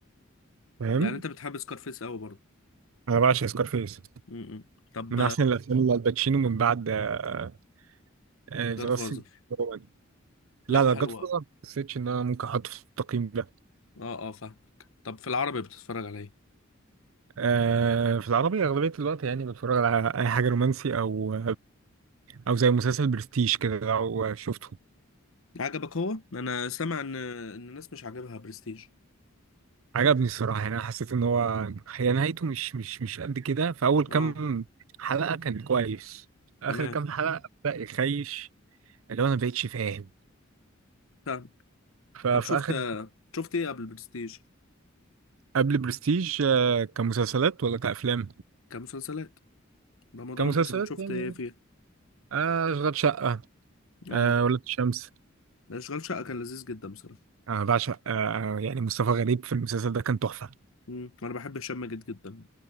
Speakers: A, on the right; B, on the left.
A: فاهم
B: يعني انت بتحب سكارفيس اوي برضه
A: انا بعشق سكارفيس
B: امم طب
A: من احسن الافلام اللي الباتشينو من بعد ذا آه آه،
B: جاد
A: The
B: فازر
A: Last Kingdom. لا
B: لا
A: لا
B: حلوة
A: جاد فازر ما حسيتش ان انا ممكن احطه في التقييم ده
B: اه اه فاهمك طب في العربي بتتفرج على ايه
A: آه في العربي اغلبيه الوقت يعني بتفرج على اي حاجه رومانسي او او زي مسلسل برستيج كده لو شفته
B: عجبك هو انا سامع ان ان الناس مش عاجبها برستيج
A: عجبني الصراحه يعني انا حسيت ان هو هي نهايته مش مش مش قد كده في اول كام
B: اه
A: حلقه كان كويس اخر
B: تمام
A: كام حلقه بدا يخيش اللي هو انا مبقتش فاهم
B: فاهم
A: ففي
B: طب شفت
A: اخر
B: شفت ايه قبل برستيج
A: قبل برستيج آه كمسلسلات ولا كافلام
B: كمسلسلات رمضان
A: كمسلسلات
B: مثلا شفت
A: يعني
B: ايه فيه
A: آه اشغال شقه
B: اه
A: آه ولاد الشمس
B: ده اشغال شقة كان لذيذ جدا بصراحة
A: انا بعشق آه، يعني مصطفى غريب في المسلسل ده كان تحفه
B: امم انا بحب هشام ماجد جدا